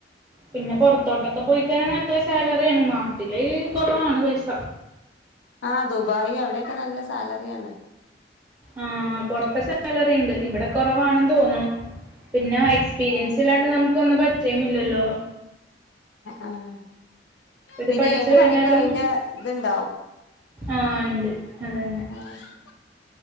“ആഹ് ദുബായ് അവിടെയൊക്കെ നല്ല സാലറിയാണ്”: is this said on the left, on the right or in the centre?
Left